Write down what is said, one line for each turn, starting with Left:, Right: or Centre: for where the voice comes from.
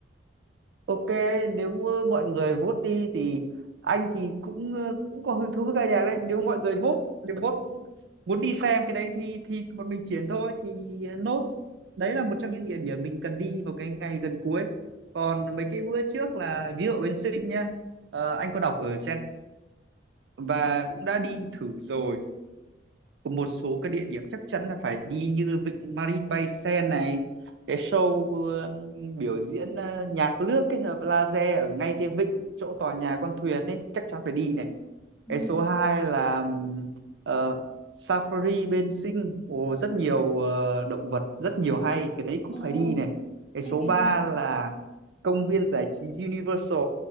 Right: Ok, nếu uh, mọi người vote đi thì anh thì cũng uh, cũng có hứng thú với ca nhạc đấy. Nếu mọi người vote, nếu vote muốn đi xem cái đấy thì thì bọn mình chuyển thôi thì uh, nốt. Đấy là một trong những địa điểm mình cần đi vào cái ngày gần cuối. Còn mấy cái bữa
Left: Ừ.
Right: trước là ví dụ bên Sinh nha. Ờ, anh có đọc ở trang và cũng đã đi thử rồi của một số cái địa điểm chắc chắn là phải đi như Vịnh Marine Bay Sen này cái show um, biểu diễn uh, nhạc nước kết hợp laser ở ngay cái vịnh chỗ tòa nhà con thuyền ấy chắc chắn phải đi này
Left: Ừ.
Right: cái số 2 là um, ờ, Safari bên Sing Ồ, rất nhiều ờ, động vật rất nhiều hay cái đấy cũng
Left: Ồ,
Right: phải đi này cái
Left: em
Right: số
Left: nghe
Right: 3
Left: hay đấy.
Right: là công viên giải trí Universal